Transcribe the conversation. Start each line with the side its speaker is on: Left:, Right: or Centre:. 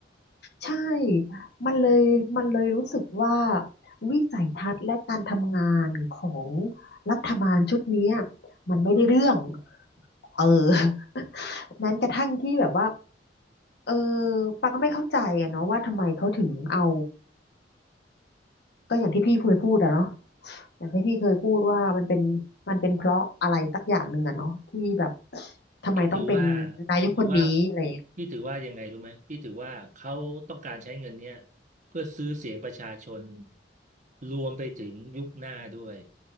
Left: ใช่มันเลย มันเลยรู้สึกว่าวิสัยทัศน์และการทำงานของรัฐบาลชุดเนี้ยมันไม่ได้เรื่องเออ <laughs> แม้กระทั่งที่แบบว่าเออปาก็ไม่เข้าใจอะเนาะว่าทำไมเขาถึงเอาก็อย่างที่พี่เคยพูดอะเนาะอย่างที่พี่เคยพูดว่ามันเป็นมันเป็นเพราะอะไรสักอย่างหนึ่งอะเนาะที่แบบทำไมต้องเป็น
Right: พี่ถือว่า
Left: นายกคนนี้อะไรอย่างเงี้ย
Right: พี่ถือว่าพี่ถือว่ายังไงรู้ไหมพี่ถือว่าเขาต้องการใช้เงินเนี่ยเพื่อซื้อเสียงประชาชนรวมไปถึงยุคหน้าด้วย